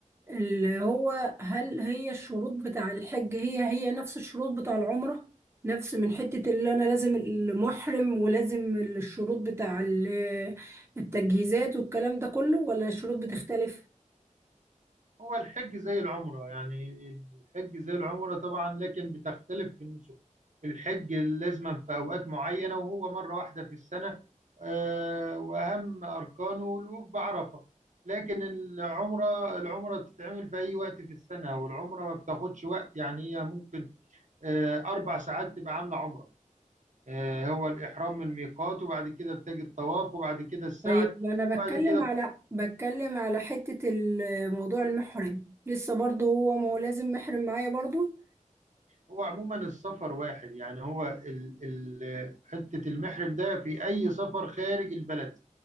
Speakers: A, on the right (about 20°); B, on the right (about 65°).
A: اللي هو هل هي الشروط بتاع الحج هي هي نفس الشروط بتاع العمرة نفس من حتة اللي أنا لازم المحرم ولازم الشروط بتاع ال- التجهيزات والكلام ده كله ولا الشروط بتختلف؟
B: هو الحج زي العمرة يعني الحج زي العمرة طبعا لكن بتختلف في النسك الحج لازما في أوقات معينة وهو مرة واحدة في السنة آه، وأهم أركانه الوقوف بعرفة لكن العمرة العمرة بتتعمل في أي وقت في السنة والعمرة ما بتاخدش وقت يعني هي ممكن آه، أربع ساعات تبقى عاملة عمرة آه، هو الإحرام من الميقات وبعد كده بتجي الطواف وبعد كده السعي
A: طيب أنا بتكلم
B: وبعد كده
A: على بتكلم على حتة ال- موضوع المحرم لسه برضه هو ما هو لازم محرم معايا برضه
B: هو عموما السفر واحد يعني هو ال ال حتة المحرم ده في أي سفر خارج البلد